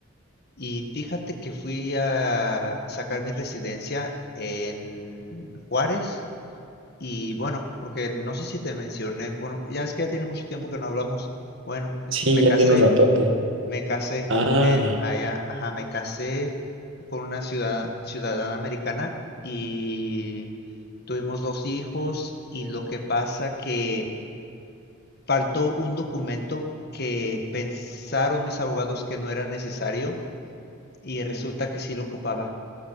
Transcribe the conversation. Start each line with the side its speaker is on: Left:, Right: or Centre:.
Left: Y fíjate que fui a sacar mi residencia en Juárez y bueno, porque no sé si te mencioné, bueno, ya es que ya tiene mucho tiempo que no hablamos. Bueno, es-
Right: Sí,
Left: me
Right: ya
Left: casé,
Right: tiene un ratote.
Left: me casé
Right: Ah,
Left: en allá, ajá, me casé con una ciudad, ciudadana americana y tuvimos dos hijos y lo que pasa que faltó un documento que pensaron mis abogados que no era necesario y resulta que sí lo ocupaba